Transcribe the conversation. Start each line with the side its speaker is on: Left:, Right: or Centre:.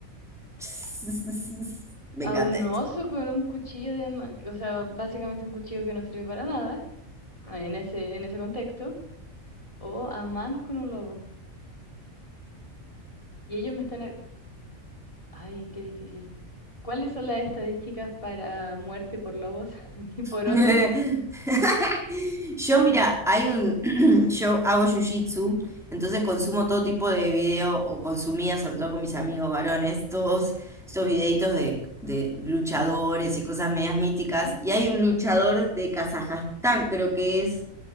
Centre: <laughs> Me
Left: A
Centre: encanta
Left: un oso con un cuchillo de, ma- o sea, básicamente un cuchillo que no sirve para nada, ah, en ese, en ese contexto, o a manos con un lobo. Y ellos me están... a- Ay, qué difícil. ¿Cuáles son las estadísticas para muerte por lobos <laughs> y por
Centre: <laughs>
Left: osos?
Centre: Yo, mira, hay un, <clears throat> yo hago jiu-jitsu, entonces consumo todo tipo de video, o consumía, sobre todo con mis amigos varones, todos estos videitos de, de luchadores y cosas medias míticas.
Left: Ujú.
Centre: Y hay un luchador de Kazajstán, creo que es,